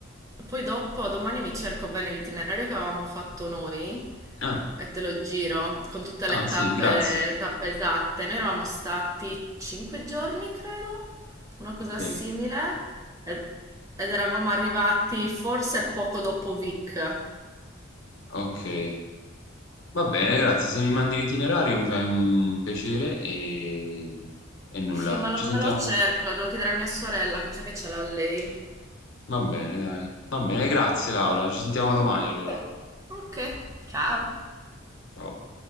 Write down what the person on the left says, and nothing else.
Ah,
ah
sì,
grazie.
Ok,
ok. Va bene, grazie. Se mi mandi l'itinerario mi fai un piacere e, e nulla.
Ci
sentiamo.
Va bene, dai. Va bene, grazie Laura. Ci sentiamo domani
allora.
Ciao.